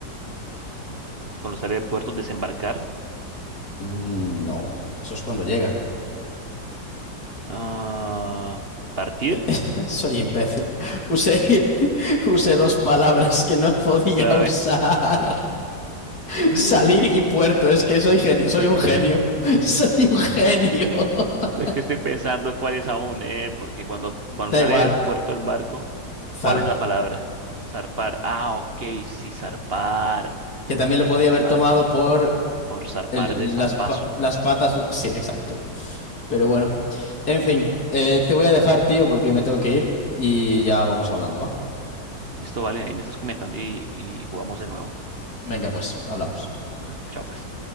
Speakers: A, on the right; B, on the left.
A: Cuando sale de puerto, desembarcar.
B: Mm, No, eso es cuando llega.
A: Ah, partir,
B: <laughs> Soy imbécil. Usé, <laughs> usé dos palabras que no podía
A: clave.
B: usar. <laughs>
A: <gasps>
B: Salir y puerto.
A: <laughs>
B: Es que soy genio, soy
A: Puerto.
B: un genio. <laughs> Soy un genio. <laughs>
A: Pero es que estoy pensando cuál es aún, ¿eh? Porque cuando,
B: Da
A: cuando sale
B: igual,
A: del puerto el barco,
B: Zarpa,
A: ¿cuál es la palabra? Zarpar. Ah, ok, sí, zarpar.
B: que también lo podía
A: Zarpar.
B: haber tomado por
A: Por zarpar
B: el-
A: de zarpazo.
B: las, pa- las patas. Sí, exacto. Pero bueno, en fin, eh, te voy a dejar, tío, porque me tengo que ir y ya vamos hablando, ¿va?
A: Listo, vale, ahí me estás comentando y, y jugamos de nuevo.
B: Venga, pues, hablamos.
A: Bueno, Chao, pues.